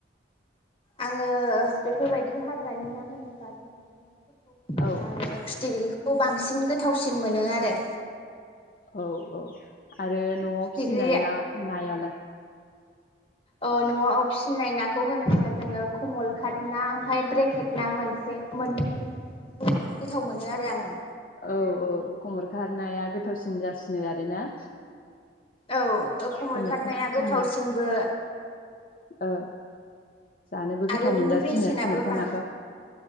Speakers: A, on the left; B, on the left.
A: आङो बेफोरबायदि हाग्रानि ना होनोब्ला <unintelligible> होनोब्लाङो
B: औ
A: फिथिग्रिखौ खौ बांसिन गोथावसिन मोनो आरो
B: औ औ आरो न'आव
A: फिथिख्रि
B: फिसिनाय ना नायालाय
A: अ न'आव फिसिनाय नाखौ खौ होनोब्ला जोङो कमल खातना ओमफ्राय ब्रेकेट ना मोनसे मोननै गोथाव मोनो आरो आङो।
B: औ औ खमर खार नाया गोथावसिन जासिनो आरोना?
A: औ खमल
B: खमरखा
A: खारनाया
B: खमर
A: गोथावसिनबो।
B: ओ जानोबो गोथाव
A: आरो
B: मोनजासिनो
A: बिनि बेसेनाबो
B: खमरखा
A: बां
B: नाखौ